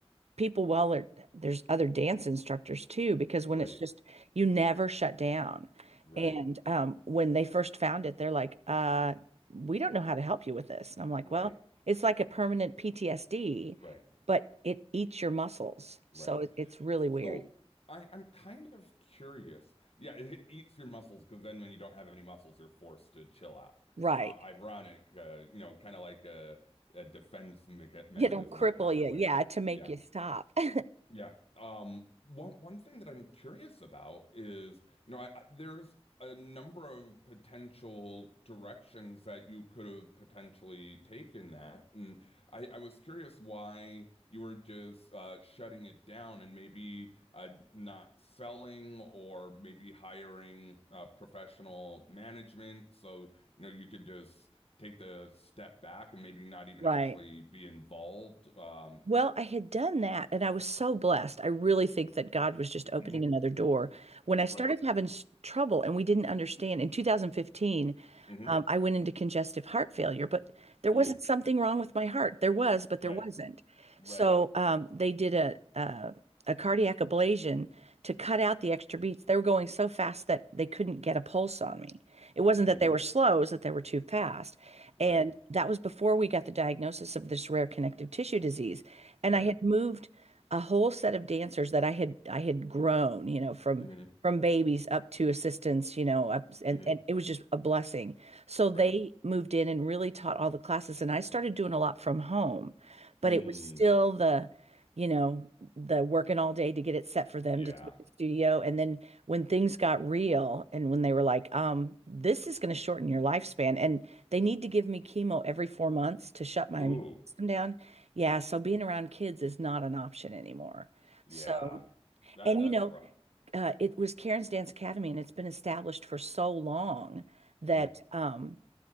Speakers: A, on the right (about 90°); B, on the left (about 70°).
A: people well are there's other dance instructors too because when
B: right,
A: it's just you never shut down
B: right,
A: and um when they first found it they're like uh we don't know how to help you with this and I'm like
B: right,
A: well it's like a permanent PTSD
B: right,
A: but it eats your muscles
B: right.
A: so it, it's really weird
B: So I, I'm kind of curious. Yeah, it, it eats your muscles because then when you don't have any muscles, you're forced to chill out.
A: right
B: Uh, ironic, uh, you know, kind of like a, a defense mecha mechanism
A: it'll cripple
B: in a kind
A: you
B: of way.
A: yeah to make
B: Yeah.
A: you stop <laughs>
B: Yeah. Um, one one thing that I'm curious about is, you know, I, I- there's a number of potential directions that you could have potentially taken that. And I, I was curious why you were just uh, shutting it down and maybe uh, not selling or maybe hiring uh, professional management. So, you know, you could just take the step back and maybe not even
A: right
B: actually be involved. Um,
A: Well, I had done that and I was so blessed. I really think that God was just opening
B: Mhm.
A: another door. When I
B: Right.
A: started having s- trouble and we didn't understand in 2015,
B: Mhm.
A: um, I went into congestive heart failure, but there
B: Ooh,
A: wasn't something wrong with my heart. There was, but
B: right,
A: there wasn't.
B: right,
A: So um, they did a, a a cardiac ablation to cut out the extra beats. They were going so fast that they couldn't get a pulse on me. It wasn't
B: mm,
A: that they were slow, it was that they were too fast.
B: right,
A: And that was before we got the diagnosis of this rare connective tissue disease. And
B: right,
A: I had moved a whole set of dancers that I had I had grown, you know, from
B: mm-hmm,
A: from babies up to assistants, you know, up, and
B: mm-hmm,
A: and it was just a blessing. So
B: right,
A: they moved in and really taught all the classes, and I started doing a lot from home, but
B: mm,
A: it was still the, you know, the working all day to get it set for them
B: yeah,
A: to take to the studio, and then when things got real and when they were like, um, this is going to shorten your lifespan, and they need to give me chemo every four months to shut my
B: ooh,
A: immune system down. Yeah, so being around kids is not an option anymore.
B: yeah,
A: So,
B: that
A: and
B: that's
A: you know,
B: rough.
A: uh, it was Karen's Dance Academy, and it's been established for so long that
B: Mm-hmm,
A: um,